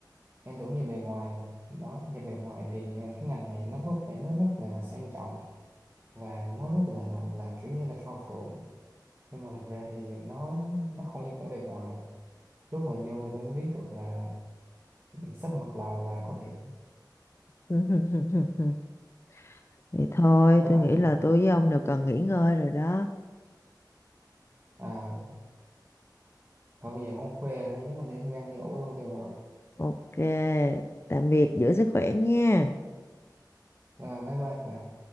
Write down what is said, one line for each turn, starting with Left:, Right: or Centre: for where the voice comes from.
Right: em tưởng nhìn bề ngoài đó nhìn bề ngoài thì cái ngành này nó có vẻ nó rất là sang trọng và nó rất là là kiểu như là cao thượng nhưng mà thực ra thì nó nó không như vẻ bề ngoài lúc mà vô thì tôi mới biết được là sắp mặt là là có thiệt
Left: <laughs> vậy thôi
Right: à,
Left: tôi nghĩ là tôi với ông đều cần nghỉ ngơi rồi đó
Right: à thôi bây giờ không khoe hay nhất là đi ăn gan đi ngủ luôn cho rồi
Left: ok tạm biệt giữ sức khỏe nha
Right: rồi bye bye bà